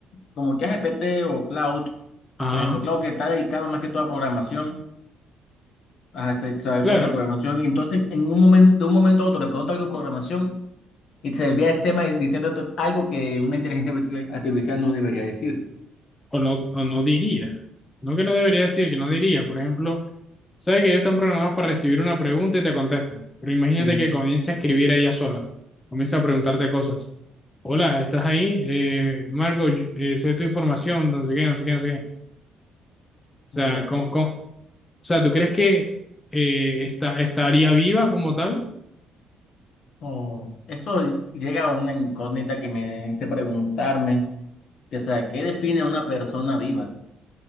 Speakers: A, on the left (about 60°); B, on the left (about 15°).
A: como ChatGPT o Cloud,
B: Ajá.
A: por ejemplo, Cloud que está dedicado más que todo a programación, a hacer- saber
B: Claro,
A: cosas de programación, y entonces en un momento, de un momento a otro le pregunta algo de programación y se desvía el tema y diciendo algo que una inteligencia artificial artificial no debería decir.
B: o no, o no diría. No que no debería decir, que no diría. Por ejemplo, sabes que ellos están programados para recibir una pregunta y te contestan. Pero imagínate
A: Sí.
B: que comience a escribir ella sola. Comienza a preguntarte cosas. Hola, ¿estás ahí? Eh, Marco, yo- eh, sé tu información, no sé qué, no sé qué, no sé qué. O sea,
A: Ok.
B: ¿cómo- cómo- o sea, ¿tú crees que eh, está, estaría viva como tal?
A: Oh, eso llega a una incógnita que me hace preguntarme, que, o sea, ¿qué define a una persona viva?